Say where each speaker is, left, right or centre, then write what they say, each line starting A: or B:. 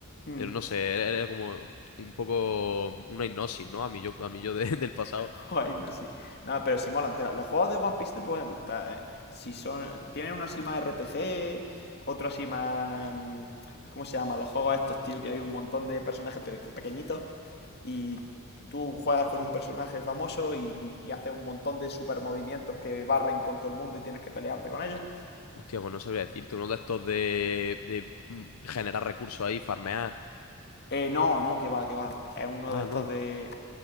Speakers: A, on the left; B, on the left.
A: Mm.
B: pero no sé, era era como un poco una hipnosis, ¿no? A mí yo, a mí yo de- <laughs> del pasado.
A: <laughs> Ay, no, sí. nada pero sí mola entera. Los juegos de One Piece te pueden gustar, ¿eh? Si son... Tienen uno así más RPG, otro así más... mm, ¿Cómo se llaman? Los juegos estos, tío, que hay un montón de personajes pe- pequeñitos y tú juegas con un personaje famoso y, y haces un montón de super movimientos que barren con todo el mundo y tienes que pelearte con ellos.
B: Hostia, pues no sabría decirte, uno de estos de, de mm, generar recursos ahí, farmear.
A: Eh, no, no, que va, que va. Es uno
B: Ah,
A: de estos
B: no.
A: de.